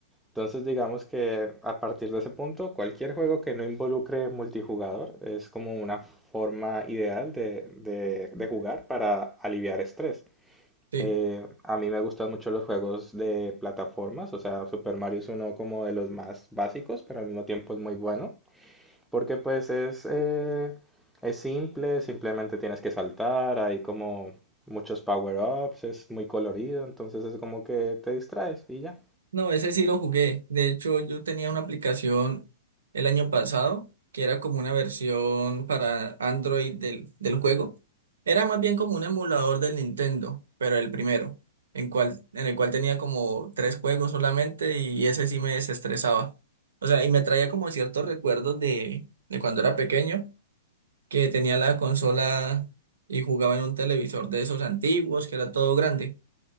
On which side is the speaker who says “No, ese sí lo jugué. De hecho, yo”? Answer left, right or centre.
Right